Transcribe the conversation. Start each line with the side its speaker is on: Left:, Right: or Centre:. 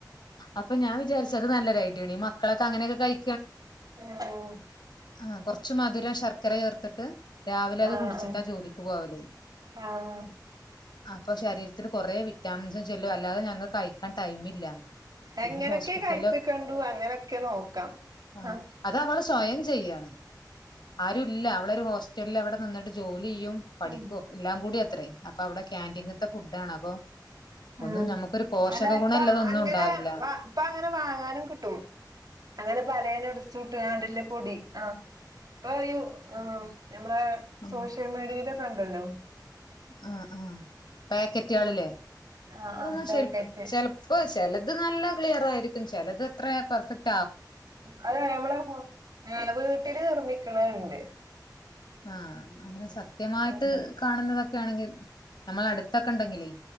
Left: അപ്പൊ ഞാൻവിചാരിച്ചെ അതു നല്ലൊരു ഐറ്റാണ് ഈ മക്കളൊ ക്കെ അങ്ങനൊക്കെ കയി
Right: ഉം
Left: ആ കൊറച്ചു മധുരം ശർക്കര ചേർത്തിട്ട് രാവിലെ അത്
Right: ആഹ്
Left: കുടിച്ചിട്ടാ ജോലിക്ക് പോവലെ
Right: ആഹ്
Left: അപ്പൊ ശരീരത്തിലെ കൊറെേ വിറ്റാമിൻസും ചെല്ലും അല്ലാതെ ഞങ്ങക്ക് കയിക്കാൻ ടൈമില്ല പിന്നെ
Right: എങ്ങനൊക്കെ
Left: ഹോസ്പിറ്റലില്
Right: കയിപ്പിക്കണ്ടു അങ്ങനൊക്കെ നോക്കാം
Left: ആഹ്
Right: ആ
Left: അത് അവള് സ്വയം ചെയ്യാണ് ആരു ഇല്ല അവളൊരു ഹോസ്റ്റ ഇല്ല അവിടെനിന്നിട്ട് ജോലി ലിയും പഠിപ്പുക്
Right: ഉം
Left: എല്ലാം കൂടി ഇത്രേ അപ്പൊ അവിടെ ക്യാന്റീങ്ങ്ത്തെ ഫുഡഡാണ് അപ്പൊ
Right: അ
Left: ഒന്നും നമുക്കൊരു പോഷക
Right: അല്ല ഇപ്പ
Left: ഗുണല്ലതൊന്നും
Right: അങ്ങനെ
Left: ഉണ്ടാവില്ല
Right: വാ ഇപ്പ അങ്ങനെ വാങ്ങാനും കിട്ടും അങ്ങനെ പലേനട്സുട്ടാ ടി ആഹ് ഇപ്പ യു ആഹ് നമ്മ
Left: ഉം
Right: സോഷ്യൽ മീഡിയ ഇതൊക്കെ ഉണ്ടല്ലോ?
Left: ആഹ് ആഹ് പാക്കറ്റുകളില്.
Right: ആഹ്
Left: അതന്നാ
Right: ആഹ് പാക്കറ്റ്
Left: ഷെരിപ്പ് ചെലപ്പ സ് ചെലത് നല്ല ക്ലിയർ ആയിരിക്കും. ചെലത് അത്ര പെർഫക്ട്
Right: അത് നമ്മള ഹോ ഏ നമ്മള് വീട്ടില് നിർമ്മി അത്ണ്ട്
Left: ആഹ് അങ്ങനെ സത്യമായിട്ട്
Right: അത്ണ്ടോ
Left: കാണുന്നതൊ ക്കാണെങ്കി നമ്മള അടുത്തൊക്കെ ഉണ്ടെങ്കിലെ